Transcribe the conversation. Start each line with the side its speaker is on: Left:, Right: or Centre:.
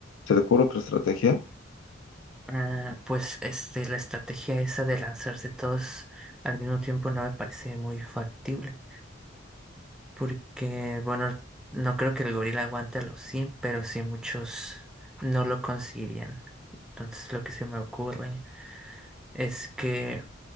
Left: ¿Se te ocurre otra estrategia?
Centre: Ah, pues este, la estrategia esa de lanzarse todos al mismo tiempo no me parece muy factible. Porque, bueno, no creo que el gorila aguante a los cien pero sí muchos no lo conseguirían. Entonces lo que se me ocurre es que